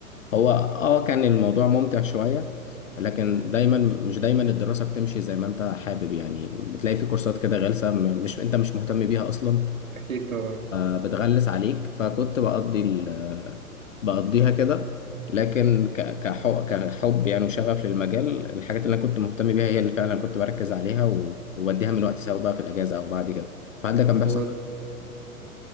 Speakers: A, on the left (about 60°); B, on the right (about 65°).
A: هو آه كان الموضوع ممتع شوية لكن دايما مش دايما الدراسة بتمشي زي ما انت حابب يعني بتلاقي في كورسات كده غلسة م- مش انت مش مهتم بيها اصلا
B: اكيد طبعا
A: آه، بتغلس عليك فكنت بقضي ال آه، بقضيها كده لكن ك- كحو- كحب يعني وشغف للمجال الحاجات اللي انا كنت مهتم بيها هي اللي فعلا كنت بركز عليها و- وبديها من وقتي سواء بقى في الاجازه او بعد كده فهل ده كان بيحصل
B: هو